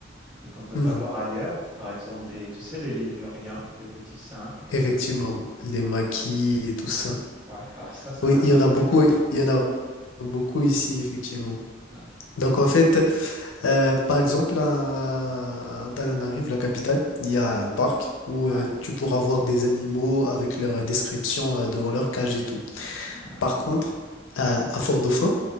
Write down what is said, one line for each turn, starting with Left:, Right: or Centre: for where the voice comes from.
Right: et qu'on ne peut
Left: Mhm.
Right: pas voir ailleurs. Par exemple, les tu sais les lémuriens, les petits singes, heu,
Left: Effectivement, oui. Les
Right: ouais,
Left: maquis et tout ça.
Right: ouais, alors ça, ça
Left: Oui,
Right: m'intéresserait
Left: il y en a beaucoup,
Right: beaucoup.
Left: il y en a beaucoup ici, effectivement.
Right: Ouais,
Left: Donc, en fait, Euh, par exemple, à à Antananarive, la capitale, il y a
Right: ouais,
Left: un parc où euh,
Right: ouais,
Left: tu pourras voir des animaux avec leur euh, description euh, devant leur cage et tout.
Right: ah,
Left: Par contre, à à Fort-Dauphin,